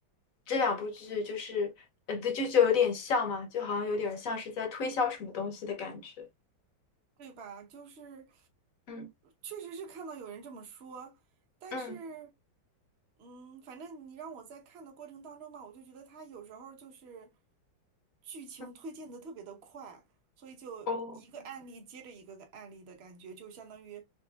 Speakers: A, on the left; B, on the right.
A: 这两部剧就是呃，对，就就有点像嘛，就好像有点像是在推销什么东西的感觉。
B: 对吧？就是
A: 嗯
B: 确实是看到有人这么说，但是
A: 嗯
B: 嗯，反正你让我在看的过程当中吧，我就觉得他有时候就是剧情推进的特别的快，
A: 嗯，
B: 所以就一个案例接着一个个案例的感觉，
A: 哦，
B: 就相当于